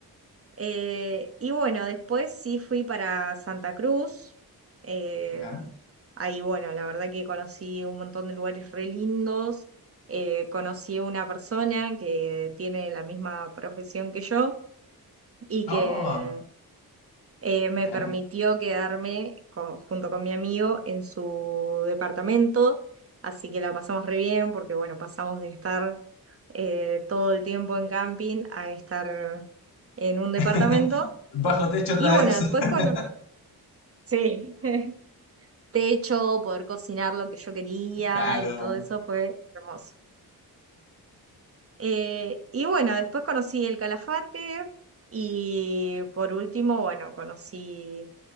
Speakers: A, on the right (about 35°); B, on the left (about 85°).
A: Eh, y bueno, después sí fui para Santa Cruz. eh,
B: Ya.
A: ahí bueno, la verdad que conocí un montón de lugares re lindos. eh, conocí a una persona que tiene la misma profesión que yo y que
B: Oh,
A: eh, me
B: ya.
A: permitió quedarme con- junto con mi amigo en su departamento, así que la pasamos re bien porque bueno, pasamos de estar eh, todo el tiempo en camping a estar en un departamento
B: <laughs> Bajo techo otra
A: y bueno,
B: vez.
A: después
B: <laughs>
A: con... Sí, <laughs> techo, poder cocinar lo que yo quería
B: Claro.
A: y todo eso fue hermoso. Eh, y bueno, después conocí el Calafate y por último, bueno, conocí